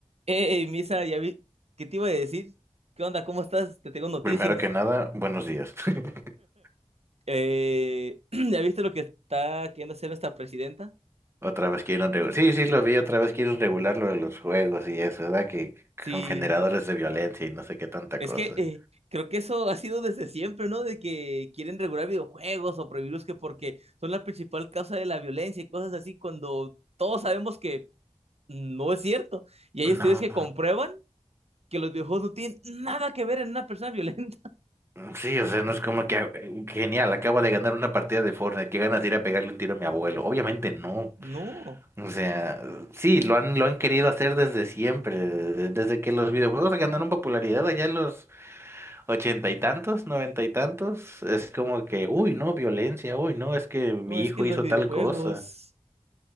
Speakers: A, on the right; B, on the right.
A: Hey, Misa, ya vi, ¿qué te iba a decir? ¿Qué onda? ¿Cómo estás? Te tengo noticias.
B: Primero que nada, buenos días. <laughs>
A: Eh, <clears throat> ¿ya viste lo que está queriendo hacer nuestra presidenta?
B: Otra vez quieren regular. Sí, sí, lo vi, otra vez quieren regular lo de los juegos y eso, ¿verdad? Que
A: Sí,
B: con generadores de violencia y no sé qué tanta
A: es
B: cosa.
A: que eh, creo que eso ha sido desde siempre, ¿no? De que quieren regular videojuegos o prohibirlos que porque son la principal causa de la violencia y cosas así, cuando todos sabemos que no es cierto. Y hay
B: No,
A: estudios que comprueban que los videojuegos no tienen nada que ver en una persona violenta. <laughs>
B: sí, o sea, no es como que eh, genial, acabo de ganar una partida de Fortnite, qué ganas de ir a pegarle un tiro a mi abuelo. Obviamente no.
A: No,
B: O sea, sí, lo han, lo han querido hacer desde siempre, desde que los videojuegos ganaron popularidad allá en los Ochenta y tantos, noventa y tantos, es como que, uy, no, violencia, uy, no, es que mi
A: oh, es
B: hijo
A: que los
B: hizo
A: videojuegos...
B: tal cosa.